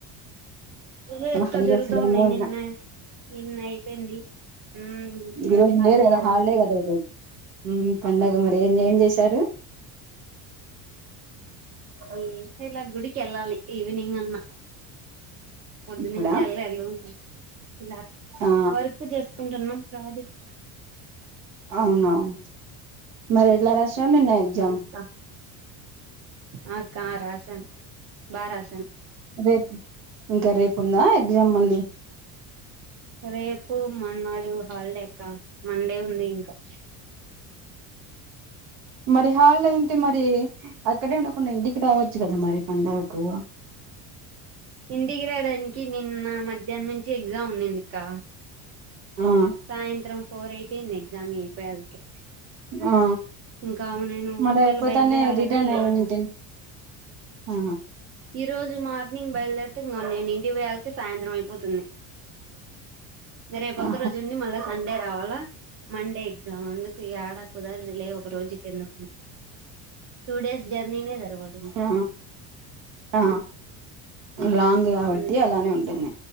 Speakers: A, on the right; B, on the right.
A: లేదుక్క
B: ఖాళీగా
A: జరుగుతా
B: ఫ్రీగానే
A: ఉన్నాయి
B: ఉన్నా
A: నిన్న నిన్న అయిపోయింది ఉమ్ ఈరోజు
B: ఈ రోజు
A: హాలిడే
B: లేదు
A: కదా
B: ఈ రోజు పండగ మ ఏం ఏం చేశారు
A: ఈ ఇవ్వాళ గుడికి వెళ్ళాలి ఈవినింగ్ అన్నా పొద్దు
B: ఇప్పుడా
A: నుంచే ఏలేళ్ళు ఇలా
B: ఆ
A: వర్క్ చేసుకుంటున్నాం ప్రాజెక్ట్
B: అవునవును మరి ఎలా రాసా నిన్న ఎగ్జామ్
A: ఆ అక్క ఆ అక్క రాసన్ బా రాసాన్
B: రేపు ఇంకా రేపు ఉందా ఎగ్జామ్ మళ్ళీ
A: రేపు మన్నాడు హాలిడే అక్క మండే ఉంది ఇంకా
B: మరి హాలిడే అయింటే మరి అక్కడే ఉన్నకుండ ఇంటికి రావచ్చు కదా మరి పండకు
A: ఇంటికి రాడానికి నిన్న మధ్ ధ్యానం నుంచి ఎగ్జామ్ ఉన్నిందిక్క
B: ఆ
A: సాయంత్రం ఫోర్ అయిపోయిది ఎగ్జామ్ అయిపోయాల్కే
B: ఆ
A: ఇంకా అవు నేను
B: మరి
A: ఒకవేళ
B: అయిపోతానే
A: బయలుదేరాలన్న
B: రిటర్న్
A: ఈ
B: అయి
A: రోజు
B: ఉంటే ఆ
A: ఈ రోజు మార్నింగ్ బయలుదేరుతే ఇంగ నిను ఇంటి పోయాలకి సాయంత్రం అయిపోతుంది ఇంగ రేపు
B: ఆ
A: ఒక్క రోజుండి మళ్ళా సండే రావాలా మండే ఎగ్ ఎగ్జామ్ అందుకు యాడా కుదరదులే ఒక్క రోజుకు ఎందుకు టు డేస్ జర్నీనే సరిపోతుంది
B: ఆ ఆ లాంగ్ కాబట్టి
A: అందుకే
B: అలానే
A: అక్క
B: ఉంటుంది